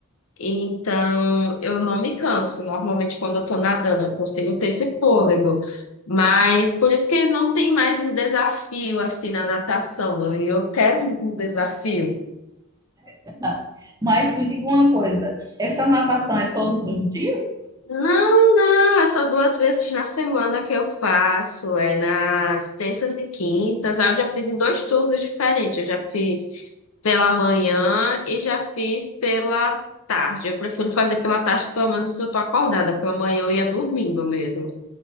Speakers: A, on the left; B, on the right.
A: Então, eu não me canso. Normalmente, quando eu tô nadando, eu consigo ter esse fôlego. Mas por isso que não tem mais um desafio assim na natação. né? E eu quero um desafio.
B: é verdade. Mas me diga uma coisa, essa natação é todos os dias?
A: Não, não, é só duas vezes na semana que eu faço. É nas terças e quintas. Aí eu já fiz em dois turnos diferentes. Eu já fiz pela manhã e já fiz pela tarde. Eu prefiro fazer pela tarde, pelo menos se eu tô acordada. Pela manhã eu ia dormindo mesmo.